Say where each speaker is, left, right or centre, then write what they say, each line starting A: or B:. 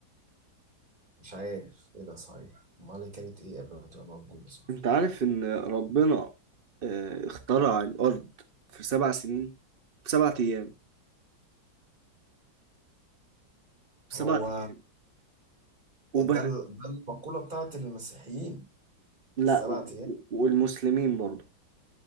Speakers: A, on the right; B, on the right.
A: مش عارف ايه ده صحيح امال هي كانت ايه قبل ما تبقى موجوده صح
B: انت عارف ان ربنا آه، اخترع الارض في سبع سنين في سبعة ايام في
A: هو
B: سبعة ايام وب...
A: ده ال- ده المقوله بتاعت المسيحيين
B: لا
A: السبع
B: و...
A: ايام
B: و- والمسلمين برضه